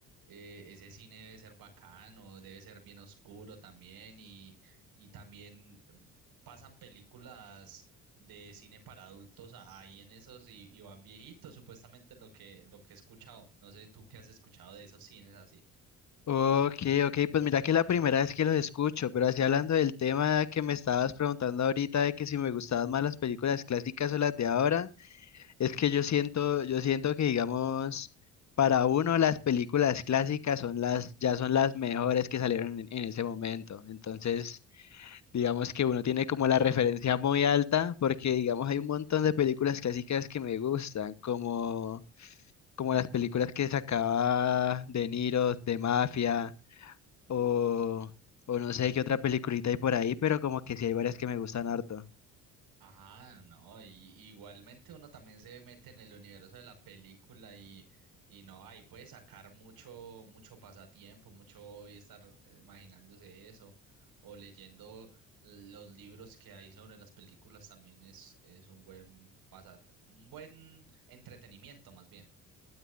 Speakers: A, on the right; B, on the left.
A: eh, ese cine debe ser bacano, debe ser bien oscuro también y, y también mm, pasan películas de cine para adultos a- ahí en esos y, y van viejitos, supuestamente lo que, lo que he escuchado. No sé tú qué has escuchado de esos cines así.
B: Ok, ok, pues mira que la primera vez que los escucho, pero así hablando del tema que me estabas preguntando ahorita de que si me gustaban más las películas clásicas o las de ahora. Es que yo siento, yo siento que digamos, para uno las películas clásicas son las, ya son las mejores que salieron en, en ese momento. Entonces, digamos que uno tiene como la referencia muy alta, porque digamos hay un montón de películas clásicas que me gustan, como, como las películas que sacaba De Niro, de Mafia, o, o no sé qué otra peliculita hay por ahí, pero como que sí hay varias que me gustan harto.
A: Ajá, no, y- igualmente uno también se mete en el universo de la película y, y no, ahí puede sacar mucho, mucho pasatiempo, mucho hobby estar eh, imaginándose eso, o leyendo los libros que hay sobre las películas también es, es un buen pasa, un buen entretenimiento más bien.